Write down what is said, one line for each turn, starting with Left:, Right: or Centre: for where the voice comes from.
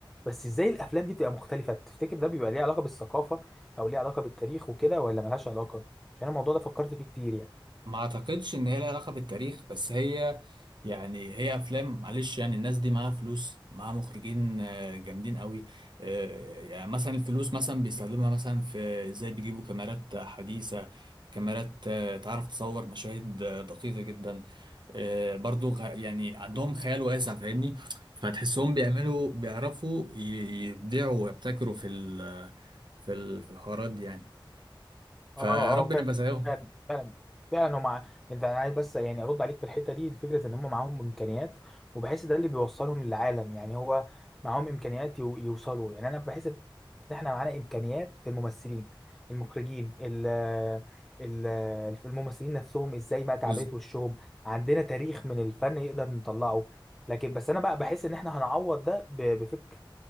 Centre: بس ازاي الافلام دي بتبقى مختلفه تفتكر ده بيبقى ليه علاقه بالثقافه او ليه علاقه بالتاريخ وكده ولا ملهاش علاقه عشان الموضوع ده فكرت فيه كتير يعني
Right: ما اعتقدش ان هي لها علاقه بالتاريخ بس هي يعني هي افلام معلش يعني الناس دي معاها فلوس معاها مخرجين آه، جامدين قوي آه، يعني مثلا الفلوس مثلا بيستخدمها مثلا في ازاي بيجيبوا كاميرات حديثه كاميرات آه، تعرف تصور مشاهد آه، دقيقه جدا آه، برضو غ- يعني عندهم خيال واسع فاهمني فتحسهم بيعملوا بيعرفوا ي- يبدعوا ويبتكروا في ال- في ال- في الحوارات دي يعني فيا
Centre: اه
Right: رب
Centre: اه فعلا
Right: نبقى زيهم
Centre: فعلا فعلا هم مع... انت انا عايز بس يعني ارد عليك في الحته دي الفكره ان هم معاهم امكانيات وبحس ده اللي بيوصلهم للعالم يعني هو معاهم امكانيات يو... يوصلوا يعني انا بحس ان احنا معانا امكانيات في الممثلين المخرجين ال... ال... الممثلين نفسهم ازاي بقى تعبيرات
Right: بز-
Centre: وشهم عندنا تاريخ من الفن يقدر نطلعه لكن بس انا بقى بحس ان احنا هنعوض ده ب... بفكره